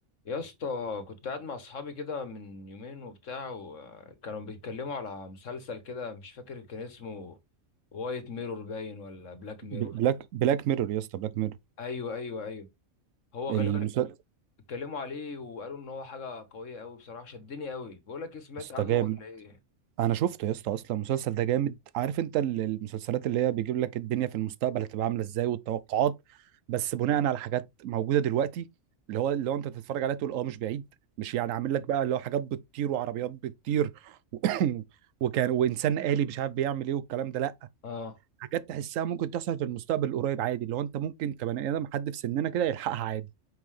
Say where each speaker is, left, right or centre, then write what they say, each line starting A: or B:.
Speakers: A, on the left (about 70°); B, on the right (about 85°).
A: يا اسطى كنت قاعد مع اصحابي كده من يومين وبتاع وكانوا بيتكلموا على مسلسل كده مش فاكر كان اسمه وايت ميرور باين ولا بلاك ميرور
B: بلاك بلاك ميرور يا اسطى بلاك ميرور
A: ايوه ايوه ايوه هو
B: المسلسل
A: غالبا اتكلموا عليه وقالوا ان هو حاجه قويه قوي بصراحه شدني قوي بقول لك ايه سمعت عنه
B: ده جامد
A: ولا ايه
B: انا شفته يا اسطى اصلا المسلسل ده جامد عارف انت ال- المسلسلات اللي هي بيجيب لك الدنيا في المستقبل هتبقى عامله ازاي والتوقعات بس بناء على حاجات موجوده دلوقتي اللي هو اللي هو انت تتفرج عليها تقول اه مش بعيد مش يعني عامل لك بقى اللي هو حاجات بتطير وعربيات بتطير و... <coughs> وكان وانسان آلي مش عارف بيعمل ايه والكلام ده لا
A: اه
B: حاجات تحسها ممكن تحصل في المستقبل القريب عادي اللي هو انت ممكن كبني ادم حد في سننا كده يلحقها عادي